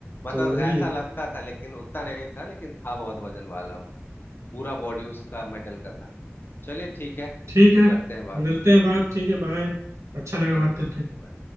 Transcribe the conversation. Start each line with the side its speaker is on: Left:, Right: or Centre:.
Left: मतलब
Right: तो वही
Left: ऐसा
Right: है
Left: लगता था लेकिन उतना नहीं था लेकिन था बहुत वजन वाला वो पूरा बॉडी उसका मेटल का था चलिए ठीक है
Right: ठीक है
Left: करते हैं बात
Right: मिलते हैं बात ठीक है बाय अच्छा लगा बात
Left: Okay
Right: करके
Left: okay